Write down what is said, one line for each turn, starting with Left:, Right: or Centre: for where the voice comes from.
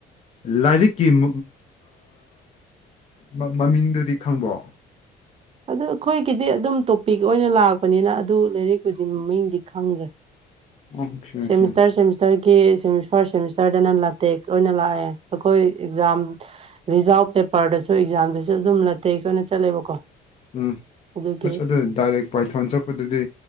Left: ꯂꯥꯏꯔꯤꯛꯀꯤ <unintelligible> ꯃꯥ ꯃꯃꯤꯡꯗꯨꯗꯤ ꯈꯪꯕ꯭ꯔꯣ꯫
Right: ꯑꯗꯨ ꯑꯩꯈꯣꯏꯒꯤꯗꯤ ꯑꯗꯨꯝ ꯇꯣꯄꯤꯛ ꯑꯣꯏꯅ ꯂꯥꯛꯄꯅꯤꯅ ꯑꯗꯣ ꯂꯥꯏꯔꯤꯛꯄꯨꯗꯤ ꯃꯃꯤꯡꯗꯤ ꯈꯪꯗ꯭ꯔꯦ꯫
Left: ꯑꯣꯀꯦ
Right: ꯁꯦꯃꯤꯁꯇꯔ
Left: ꯑꯣꯀꯦ
Right: ꯁꯦꯃꯤꯁꯇꯔꯒꯤ ꯁꯦꯃꯤꯐꯔ ꯁꯦꯃꯤꯁꯇꯔꯗꯅ ꯂꯥꯇꯦꯛꯁ ꯑꯣꯏꯅ ꯂꯥꯛꯑꯦ꯫ ꯑꯩꯈꯣꯏ ꯑꯦꯛꯖꯥꯝ ꯔꯤꯖꯜ ꯄꯦꯄꯔꯗꯁꯨ ꯑꯦꯛꯖꯥꯝꯗꯁꯨ ꯑꯗꯨꯝ ꯇꯦꯛꯁ ꯑꯣꯏꯅ ꯆꯠꯂꯦꯕꯀꯣ꯫
Left: ꯎꯝ
Right: ꯑꯗꯨꯒꯤ
Left: ꯑꯁ ꯑꯗꯨ ꯗꯥꯏꯔꯦꯛ ꯄꯥꯏꯊꯣꯟ ꯆꯠꯄꯗꯨꯗꯤ